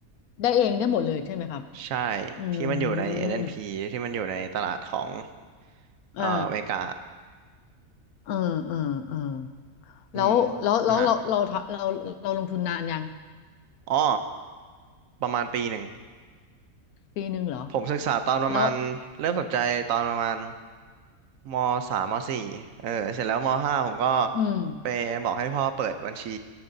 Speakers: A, on the left; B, on the right.
A: ได้เองได้หมดเลยใช่ไหมครับ
B: ใช่
A: อื
B: ที่มันอยู่ใน
A: ม
B: S&P ที่มันอยู่ในตลาดของเอ่ออเมริกา
A: อ่าเออเออเออ
B: อืม
A: แล้วแล้วแล้วเราเราเราเราลงทุนนานยัง
B: นะฮะอ๋อประมาณปีหนึ่ง
A: ปีหนึ่งเหรอ
B: ผมศึกษาตอนประมาณเริ่มสนใจตอนประมาณ
A: แล้ว
B: มสามมสี่เออเสร็จแล้วมห้าผมก็
A: อืม
B: ไปบอกให้พ่อเปิดบัญชี